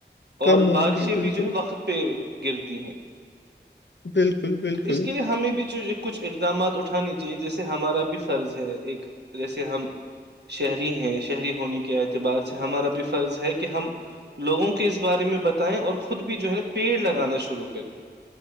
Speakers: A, on the left; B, on the right.
A: کم
B: اور
A: ہوگی
B: بارشیں
A: بالکل
B: بھی جو ہے وقت پہ گرتی ہیں
A: بالکل بالکل
B: تو اس کے لیے ہمیں بھی جو کچھ اقدامات اٹھانے جی جیسے ہمارا بھی فرض ہے ایک جیسے ہم شہری ہیں شہری ہونے کے اعتبار سے ہمارا بھی فرض ہے کہ ہم لووں کے اس بارے میں بتائیں اور خود بھی جو ہے نا پیڑ لگانا شروع کریں <unintelligible>